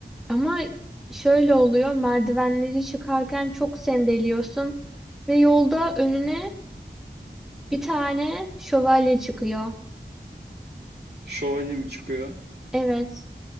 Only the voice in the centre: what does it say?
Ama şöyle oluyor, merdivenleri çıkarken çok sendeliyorsun ve yolda önüne bir tane şövalye çıkıyor.
Evet,